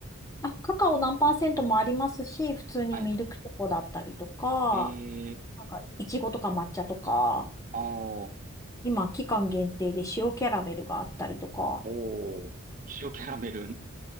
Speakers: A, on the left; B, on the right.
A: あ、カカオ何パーセントもありますし、普通にミルクチョコだったりとか、
B: はい。えー、
A: なんか、いちごとか抹茶とか、
B: ああ、
A: 今、期間限定で塩キャラメルがあったりとか。
B: おー、塩キャラメルチ